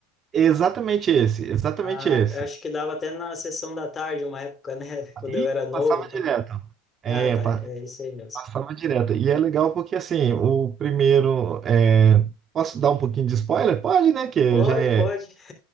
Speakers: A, on the right; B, on the left.
A: Exatamente esse, exatamente
B: Ah,
A: esse.
B: acho que dava até na sessão da tarde, uma época, né? <laughs> Quando
A: E
B: eu era novo,
A: passava
B: e tal.
A: direto. É,
B: Ah, tá,
A: pa-
B: é isso aí mesmo.
A: passava direto. E é legal porque assim, o primeiro é, posso dar um pouquinho de spoiler? Pode, né? Que
B: Pode,
A: já é
B: pode. <laughs>